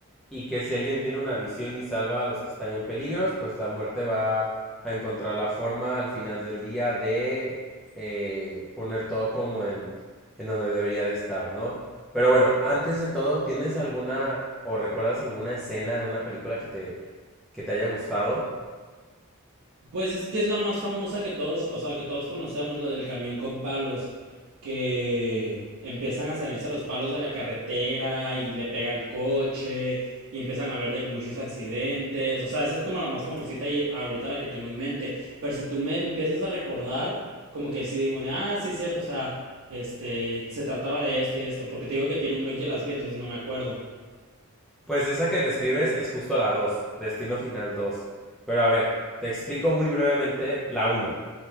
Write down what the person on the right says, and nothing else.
Pues es que es la más famosa que todos, o sea, que todos conocemos, la del camión con palos, que empiezan a salirse los palos de la carretera y le pega el coche y empiezan a ver de que muchos accidentes, o sea, esa es como la más famosita y ahorita la que tengo en mente, pero si tú me empiezas a recordar, como que sí digo, de, ah, sí es cierto, o sea, este, se trataba de esto y esto, porque te digo que tiene un buen que las vi, entonces no me acuerdo.